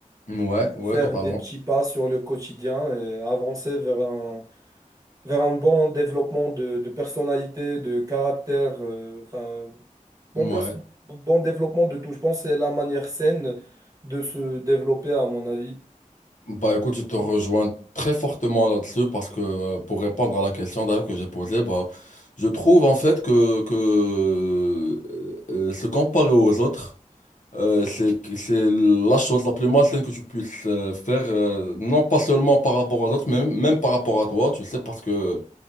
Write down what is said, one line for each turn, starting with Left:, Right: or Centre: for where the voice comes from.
Left: ouais, ouais,
Right: Faire
Left: totalement.
Right: des petits pas sur le quotidien et avancer vers un, vers un bon développement de, de personnalité, de caractère, euh, enfin, bon,
Left: Ouais.
Right: perso- bon développement de tout. Je pense que c'est la manière saine de se développer, à mon avis.
Left: Bah écoute, je te rejoins très fortement là-dessus parce que euh, pour répondre à la question d'ailleurs que j'ai posée, bah, je trouve en fait que, que euh, euh, se comparer aux autres. Euh, c'est que- c'est la chose la plus malsaine que tu puisses euh, faire, euh, non pas seulement par rapport aux autres, mais même, même par rapport à toi, tu sais, parce que